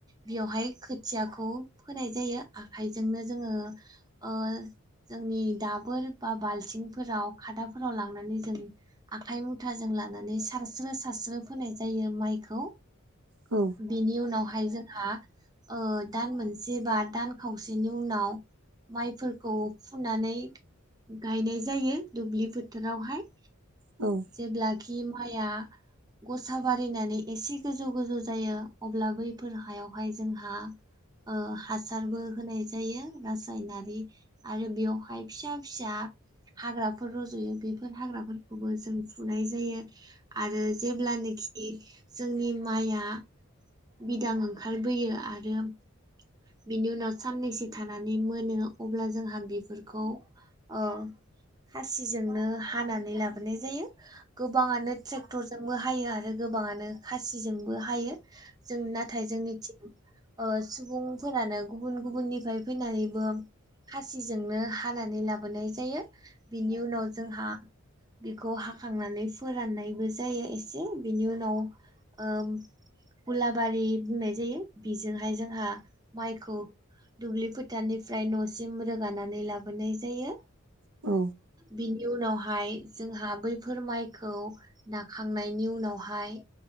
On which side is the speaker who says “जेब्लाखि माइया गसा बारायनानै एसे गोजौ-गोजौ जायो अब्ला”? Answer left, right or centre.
Right